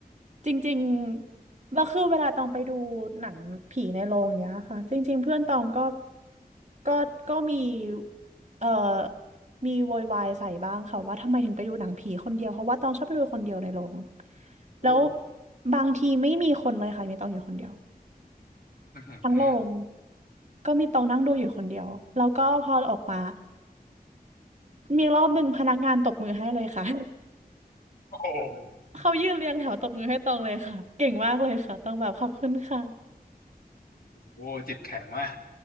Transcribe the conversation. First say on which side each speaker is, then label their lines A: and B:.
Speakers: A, on the right; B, on the left.
A: จริงๆแล้วคือเวลาตองไปดูหนังผีในโรงเนี้ยค่ะจริงๆเพื่อนตองก็ก็ก็มีเอ่อมีโวยวายใส่บ้างค่ะว่าทำไมถึงไปดูหนังผีคนเดียวเพราะว่าตองชอบไปดูคนเดียวในโรงแล้ว
B: โอ้
A: บางทีไม่มีคนเลยค่ะมีตองอยู่คนเดียว
B: อือหือ
A: ทั้งโรงก็มีตองนั่งดูอยู่คนเดียวแล้วก็พอออกมามีรอบหนึ่งพนักงานตบมือให้เลยค่ะ
B: โอ้โห
A: เขายืนเรียงแถวตบมือให้ตรงเลยค่ะเก่งมากเลยค่ะต้องแบบขอบคุณค่ะ
B: โอ้โหจิตแข็งมาก